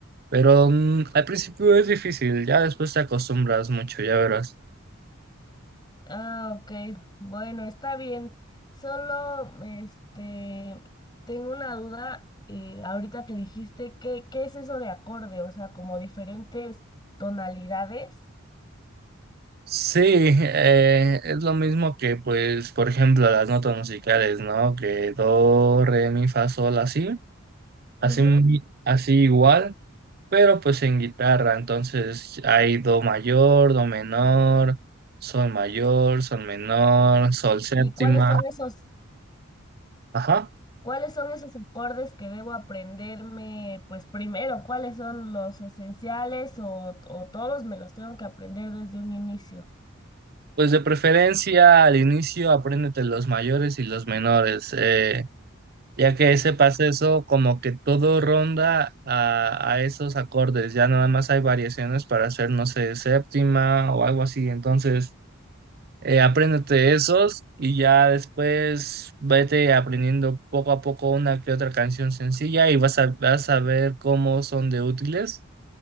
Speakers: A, on the right; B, on the left.
A: pero mm, al principio es difícil, ya después te acostumbras mucho, ya verás.
B: Ah, ok. Bueno, está bien. Solo, este, tengo una duda, eh, ahorita que dijiste, ¿qué, qué es eso de acorde? O sea, como diferentes tonalidades.
A: Sí, eh, es lo mismo que, pues, por ejemplo, las notas musicales, ¿no? Que do, re, mi, fa, sol, así,
B: Ujú.
A: así, mi- así igual, pero pues en guitarra, entonces hay do mayor, do menor, sol mayor, sol menor, sol séptima,
B: ¿Y cuáles son esos,
A: ajá.
B: cuáles son esos acordes que debo aprenderme, pues primero, cuáles son los esenciales o, o todos me los tengo que aprender desde un inicio?
A: Pues de preferencia al inicio apréndete los mayores y los menores. eh, Ya que ese pase eso, como que todo ronda a, a esos acordes, ya nada más hay variaciones para hacer, no sé, séptima o algo así. Entonces, eh, apréndete esos y ya después vete aprendiendo poco a poco una que otra canción sencilla y vas a, vas a ver cómo son de útiles.